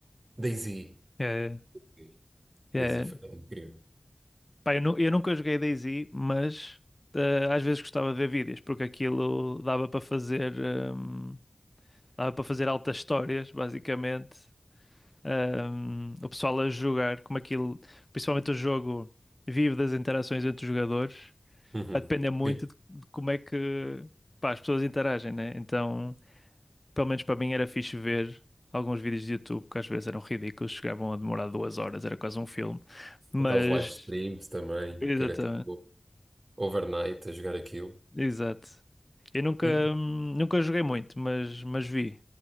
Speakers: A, on the right (about 50°); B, on the left (about 25°).
A: Daisy.
B: É,
A: Sim.
B: é...
A: Daisy foi incrível.
B: Pá, eu, nu- eu nunca joguei DayZ, mas eh, às vezes gostava de ver vídeos, porque aquilo dava para fazer. hum, dava para fazer altas histórias, basicamente. Hum, o pessoal a jogar, como aquilo. Principalmente o jogo vive das interações entre os jogadores.
A: Uhum.
B: vai depender muito
A: Sim,
B: de, de como é que pá, as pessoas interagem, né? Então, pelo menos para mim era fixe ver alguns vídeos de YouTube que às vezes eram ridículos, chegavam a demorar duas horas, era quase um filme. Mas,
A: Aqueles live streams também,
B: exatamente,
A: que era tipo overnight a jogar aquilo.
B: exato. Eu nunca,
A: E
B: hum, nunca joguei muito, mas, mas vi.